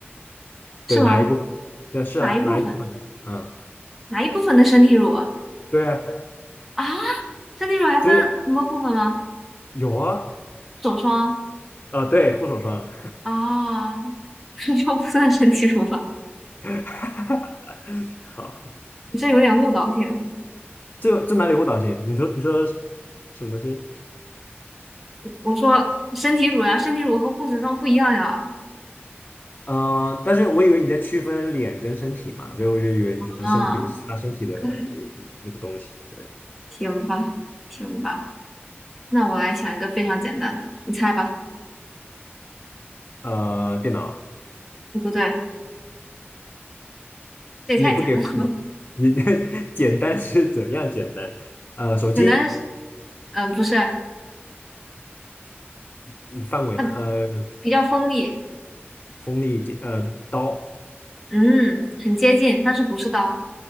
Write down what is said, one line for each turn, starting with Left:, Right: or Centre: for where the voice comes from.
Centre: 是吗？
Left: 对，哪一部分？对，是啊，
Centre: 哪一部分？
Left: 哪一部分？嗯，
Centre: 哪一部分的身体乳啊？
Left: 对啊，
Centre: 啊，身体乳还分很多部分吗？
Left: 就是有啊，
Centre: 手霜
Left: 啊，对，护手霜，
Centre: 啊，手霜不算身体乳吧？
Left: <laughs> 好，好
Centre: 你这有点误导性。
Left: 这这哪里护导型？你说你说什么东西？
Centre: 我说身体乳呀、身体乳和护手霜不一样呀。
Left: 嗯、但是我以为你在区分脸跟身体嘛，所以我就以为你说身体不是擦身体的呃那个东西，
Centre: 啊，可以，
Left: 对，
Centre: 行吧，行吧，那我来想一个非常简单的，你猜吧。
Left: 呃，电脑
Centre: 哦不对，这也太简单了吧？
Left: 你也不给范围，你 <laughs> 简单是怎样简单？呃，手机
Centre: 简单是嗯、不是，
Left: 嗯范围呢？
Centre: 它
Left: 呃，
Centre: 比较锋利。
Left: 锋利呃刀。
Centre: 嗯，很接近，但是不是刀，